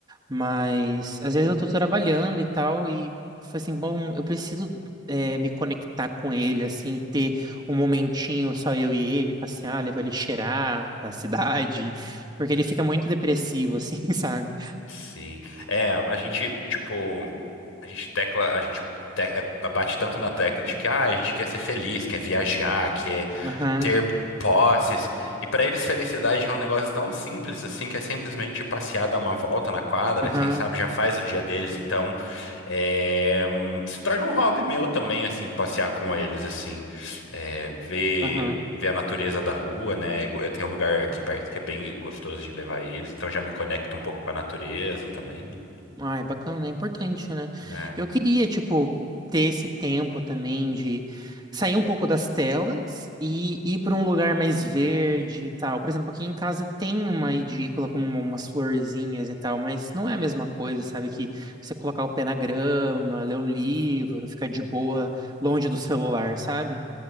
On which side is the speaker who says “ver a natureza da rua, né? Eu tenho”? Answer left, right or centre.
Left